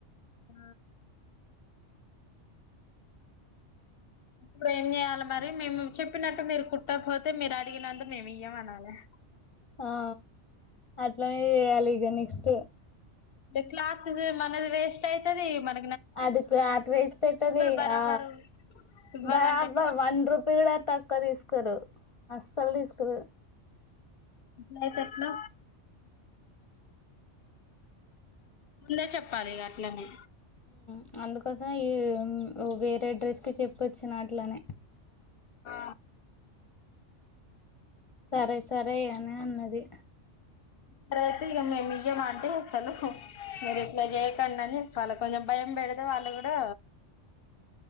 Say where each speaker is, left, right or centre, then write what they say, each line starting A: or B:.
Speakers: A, on the left; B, on the left.
A: ఆ ఇప్పుడు ఏం చేయాలి మరి మీముం చెప్పినట్టు మీరు కుట్టపోతే మీరు అడిగినందు మీము ఇయ్యము అనలే.
B: ఆ అట్లనే చేయాలిగా నెక్స్ట్
A: టే క్లాతుజు మనది వెస్టైతది. మన
B: అది క్లాత్ వెస్టైతది.
A: బరాబరు
B: ఆ
A: ఇవ్వాలంటే
B: బరాబర్
A: ఎట్లా
B: వన్ రూపీ కూడా తక్కవా తీసుకోరు అసల్ దిస్కోరు
A: అట్లైతేట్ల ముందే చెప్పాలిగా అట్లనే
B: హు అందుకోసం ఈ ఓ వేరే డ్రెస్కి చెపొచ్చిన అట్లనే
A: ఆ
B: సరే సరే యానే అన్నది
A: ప్రతి ఇగా మేమియమంటే ఎందుకు మీరు ఇట్ల జేయకండని కాళ్ళ కొంచం భయం బెడితే వాళ్ళు గూడా